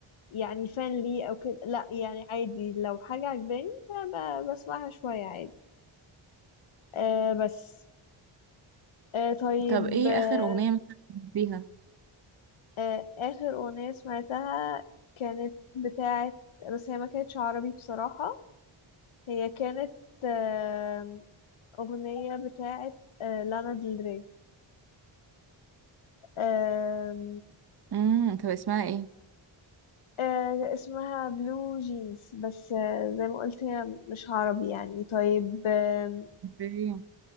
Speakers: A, on the left; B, on the right.
A: يعني فان ليه او كده لا يعني عادي لو حاجة عجباني ب- ب- بسمعها شوية عادي آه بس آه طيب
B: طب ايه
A: آه
B: اخر اغنيه مثلا بيها
A: آه آخر أغنية سمعتها كانت بتاعة بس هي ما كانتش عربي بصراحة هي كانت آم، أغنية بتاعة آه لانا ديل ري آم،
B: امم طب اسمها ايه
A: آه، اسمها بلو جينز بس آه، زي ما قلت هي مش عربي يعني طيب آم،
B: اوكي.